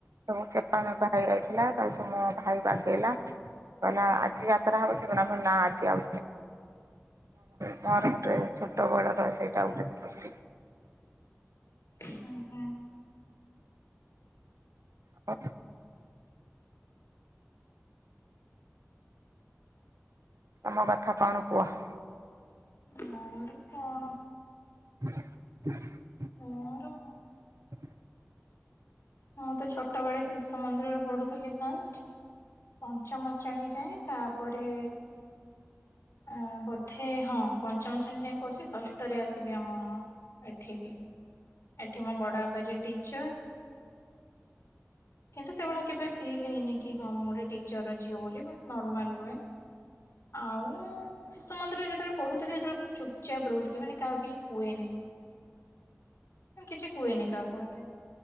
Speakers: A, on the right (about 80°); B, on the left (about 65°).
A: ସବୁ ଚେପା ମେପା ହେଇ ଯାଇଥିଲା ତାକୁ ସବୁ ମୋ ଭାଇ ବାଗେଇଲା କହିଲା ଆଜି ଯାତ୍ରା ହଉଛିନା ଭ ନା ଆଜି ଆଉ ମରେ ଛୋଟ ବଳର ସେଇଟା ଗୋଟେ ସ୍ମୃତି।
B: ହୁଁ, ହୁଁ।
A: ଆ ତମ କଥା କଣ କୁହ।
B: ମୋର କଣ?
A: <inaudible>
B: ମୋର
A: <inaudible>
B: ମୁଁ ତ ଛୋଟ ବଳେ ଶିଶୁ ମନ୍ଦିରରେ ପଢୁଥିଲି ଫାଷ୍ଟ ପଞ୍ଚମ ଶ୍ରେଣୀ ଯାଏଁ ତାପରେ ଆଁ ବୋଧେ ହଁ ପଞ୍ଚମ ଶ୍ରେଣୀ ଯାଏଁ ପଡିଚି ଷଷ୍ଟରେ ଆସିଲି ଆମ ଏଠିକି। ଏଠି ମୋ ବଡ ବାପା ଯେ ଟିଚର୍। କିନ୍ତୁ ସେଭଳିଆ କେବେ ଫିଲ୍ ହେଇନି କି ହଁ ମୁଁ ଗୋଟେ ଟିଚର୍ ର ଝିଅ ବୋଲି, ବା ନର୍ମାଲ୍ ରୁହେ। ଆଉ? ଶିଶୁ ମନ୍ଦିର ରେ ଯେତବେଳେ ପଢୁଥିଲି, ସେତବେଳେ ବହୁ ଚୁପ୍ ଚାପ୍ ରହୁଥିଲି ମାନେ କାହାକୁ କିଛି କୁହେନି ମୁଁ। କିଛି କୁହେନି କାହାକୁ ଏତେ